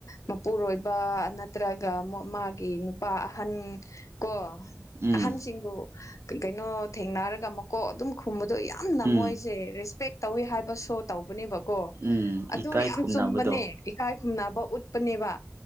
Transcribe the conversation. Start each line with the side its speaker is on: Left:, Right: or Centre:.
Left: ꯃꯄꯨꯔꯣꯏꯕ ꯅꯠꯇ꯭ꯔꯒ ꯃꫭ-ꯃꯥꯒꯤ ꯅꯨꯄꯥ ꯑꯍꯟ ꯀꯣ
Right: ꯎꯝ
Left: ꯑꯍꯟꯁꯤꯡꯕꯨ ꯀꯩꯅꯣ ꯊꯦꯡꯅꯔꯒ ꯃꯀꯣꯛ ꯑꯗꯨꯝ ꯈꯨꯝꯕꯗꯣ ꯌꯥꯝ ꯌꯥꯝꯅ
Right: ꯎꯝ
Left: ꯃꯣꯏꯁꯦ ꯔꯦꯁꯄꯦꯛ ꯇꯧꯋꯤ ꯍꯥꯏꯕꯁꯨ ꯇꯧꯕꯅꯦꯕꯀꯣ
Right: ꯎꯝ ꯏꯀꯥꯏ
Left: ꯑꯗꯨ ꯌꯥꯝ
Right: ꯈꯨꯝꯅꯕꯗꯣ
Left: ꯆꯨꯝꯕꯅꯦ ꯏꯀꯥꯏ ꯈꯨꯝꯅꯕ ꯎꯠꯄꯅꯦꯕ